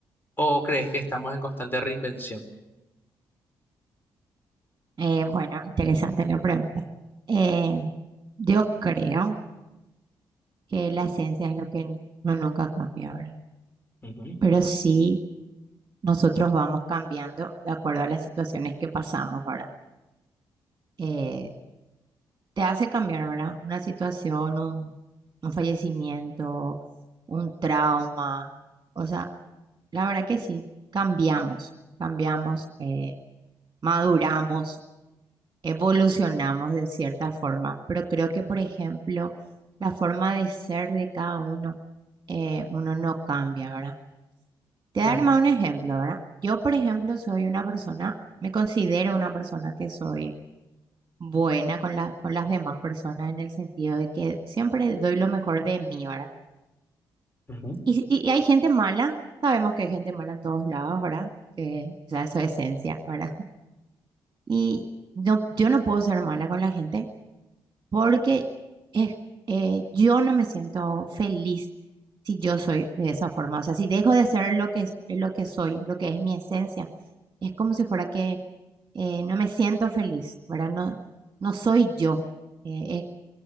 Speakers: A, on the left (about 20°); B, on the right (about 35°).
A: ¿O crees que estamos en constante reinvención?
B: Eh, bueno, interesante la pregunta. Eh, yo creo que la esencia es lo que no nunca cambia, ¿verdad?
A: Ujú,
B: Pero sí, nosotros vamos cambiando de acuerdo a las situaciones que pasamos, ¿verdad? Eh, te hace cambiar, ¿verdad? Una situación, un, un fallecimiento, un trauma, o sea, la verdad que sí, cambiamos, cambiamos. Eh, maduramos, evolucionamos de cierta forma, pero creo que, por ejemplo, la forma de ser de cada uno, eh, uno no cambia, ¿verdad? Te voy
A: ujú,
B: a dar más un ejemplo, ¿verdad? Yo, por ejemplo, soy una persona, me considero una persona que soy buena con la- con las demás personas en el sentido de que siempre doy lo mejor de mí, ¿verdad?
A: ujú,
B: Y, y- y hay gente mala, sabemos que hay gente mala en todos lados, ¿verdad? Que, o sea, eso es esencia, ¿verdad? <laughs> Y no, yo no puedo ser mala con la gente porque es, eh, yo no me siento feliz si yo soy de esa forma. O sea, si dejo de ser lo que, es- lo que soy, lo que es mi esencia, es como si fuera que eh, no me siento feliz, ¿verdad? No, no soy yo. Eh, es-